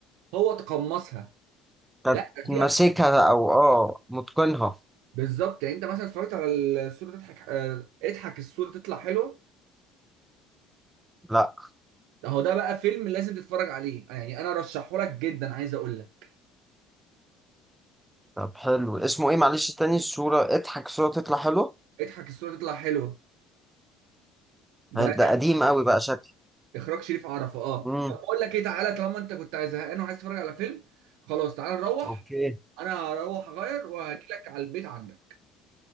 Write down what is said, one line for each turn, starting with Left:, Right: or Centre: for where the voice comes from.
Right: هو تقمصها
Centre: كانت
Right: لا ده
Centre: ماسكها
Right: في أف-
Centre: او اه متقنها
Right: بالظبط يعني انت مثلا اتفرجت على الصوره تضحك اه، اضحك الصوره تطلع حلوه
Centre: لا
Right: ده هو ده بقى فيلم لازم تتفرج عليه يعني انا رشحه لك جدا عايز اقول لك
Centre: طب حلو اسمه ايه معلش تاني الصوره اضحك صوره تطلع حلو
Right: اضحك الصوره تطلع حلوه ده
Centre: ده قديم قوي بقى شكل
Right: اخراج شريف عرفة اه
Centre: امم
Right: طب بقول لك ايه تعالى طالما انت كنت زهقان وعايز تتفرج على فيلم خلاص تعالى نروح
Centre: اوكي
Right: انا هروح اغير وهجيلك على البيت عندك